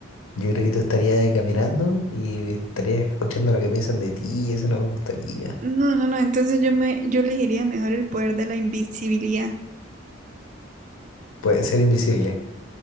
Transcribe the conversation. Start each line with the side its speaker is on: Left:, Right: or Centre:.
Left: Yo creo que tú estarías caminando y estarías escuchando lo que piensan de ti y eso no me gustaría.
Right: No, no, no, entonces yo me, yo elegiría mejor el poder de la invisibilidad.
Left: Puede ser invisible.